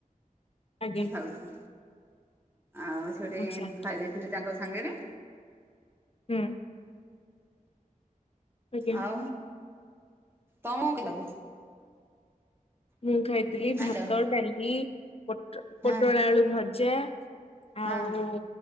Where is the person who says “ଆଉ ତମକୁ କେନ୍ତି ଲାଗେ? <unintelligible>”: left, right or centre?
Right